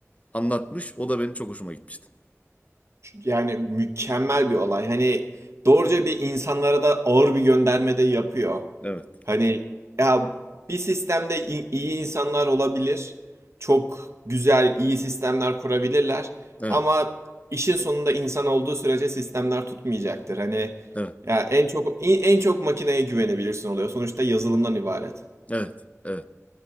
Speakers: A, on the left; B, on the right.
A: anlatmış. O da benim çok hoşuma gitmişti.
B: Yani mükemmel bir olay. Hani doğruca bir insanlara da ağır bir gönderme de yapıyor.
A: Evet.
B: Hani ya bir sistemde i- iyi insanlar olabilir. Çok güzel, iyi sistemler kurabilirler.
A: Evet.
B: Ama işin sonunda insan olduğu sürece sistemler tutmayacaktır. Hani
A: Evet.
B: ya en çok en en çok makineye güvenebilirsin oluyor. Sonuçta yazılımdan ibaret.
A: Evet. Evet.